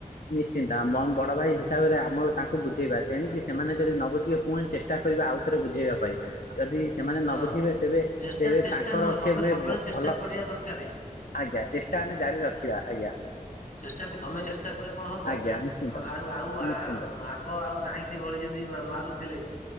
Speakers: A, on the left; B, on the left.
A: ନିଶ୍ଚିନ୍ତ ଆମମ ବଡ ଭାଇ ହିସାବରେ ଆମର ତାଙ୍କୁ ବୁଝେଇବା ତେଣିକି ସେମାନେ ଯଦି ନ ବୁଝିବେ ପୁଣି ଚେଷ୍ଟା କରିବା ଆଉ ଥରେ ବୁଝେଇବା ପାଇଁ ଯଦି ସେମାନେ ନ
B: ହଁ
A: ବୁଝିବେ ତେବେ
B: ଚେଷ୍ଟା
A: ତେବେ
B: ଚେଷ୍ଟା
A: ତାଙ୍କର
B: ନୁହଁ ତମେ
A: ସେ ମେ
B: ସବୁବେଳେ ଚେଷ୍ଟା
A: ଭଲ
B: କରିବା ଦରକାର
A: ଆଜ୍ଞା ଚେଷ୍ଟା ଆମେ ଜାରି ରଖିବା। ଆଜ୍ଞା।
B: ଚେଷ୍ଟା ତମେ ଚେଷ୍ଟା କଲେ କଣ ହବ?
A: ଆଜ୍ଞା ନିଶ୍ଚିନ୍ତ
B: ଉଁ ଆଉ ଆଉ ଆ
A: ନିଶ୍ଚିନ୍ତ
B: ଆଗ ଆଉ ନାହିଁ ସେ ଭଳି ଯେମିତି ମାରୁଥିଲେ।